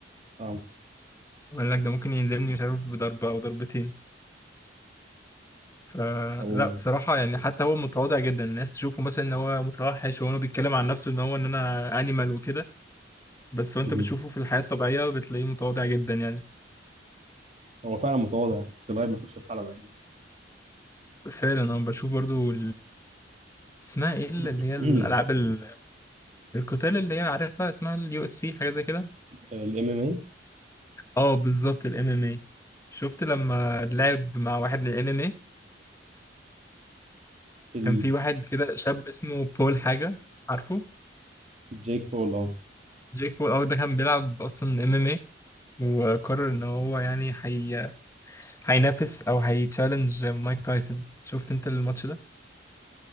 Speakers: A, on the right; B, on the left.
A: اه
B: وقال لك ده ممكن ينزلني مش عارف بضربه او ضربتين فلا
A: هو
B: بصراحه يعني حتى هو متواضع جدا الناس تشوفه مثلا ان هو متوحش وهو بيتكلم عن نفسه ان هو ان انا انيمال وكده بس وانت
A: مهم.
B: بتشوفه في الحياه الطبيعيه بتلاقيه متواضع جدا يعني
A: هو فعلا متواضع بس لغايه ما يخش الحلبه يعني
B: فعلا انا بشوف برضو اسمها ايه اللي
A: <clears throat>
B: هي الالعاب ال- القتال اللي هي عارفها اسمها اليو اف سي حاجه زي كده
A: الام ام ام
B: اه بالظبط الام ام اي شفت لما لعب مع واحد من الام ام اي
A: اي
B: كان في واحد كده شاب اسمه بول حاجه عارفه
A: جيك بول اه
B: جيك بول اه ده كان بيلعب اصلا ام ام اي وقرر ان هو يعني حي... هينافس او هيتشالنج مايك تايسون شفت انت الماتش ده